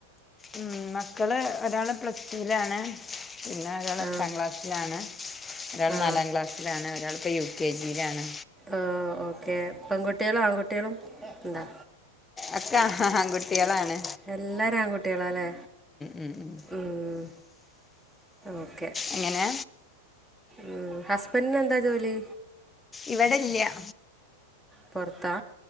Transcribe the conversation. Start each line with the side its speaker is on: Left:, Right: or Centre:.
Left: ഉം മക്കള് ഒരാള് പ്ലസ് ടുലാണ് പിന്നെ ഒരാൾ എട്ടാം
Centre: ആ
Left: ക്ലാസ്സിലാണ് ഒരാൾ
Centre: ആ
Left: നാലാം ക്ലാസ്സിലാണ് ഒരാളിപ്പോ യു യൂ കെ ജി ലാണ്
Centre: ആഹ് ഓക്കേ പെൺകുട്ട്യാളും ആൺകുട്ട്യാളും ഇണ്ടോ
Left: ഒക്കെ ആൺകുട്ട്യാളാണ്
Centre: എല്ലാരും ആൺകുട്ടികളാല്ലേ
Left: ഉം, ഉം.
Centre: ഉം ഓക്കെ
Left: എങ്ങനെ
Centre: ഉം ഹസ്ബന്റിനു എന്താ ജോലി
Left: ഇവിടെല്ല്യാ
Centre: പൊറത്താ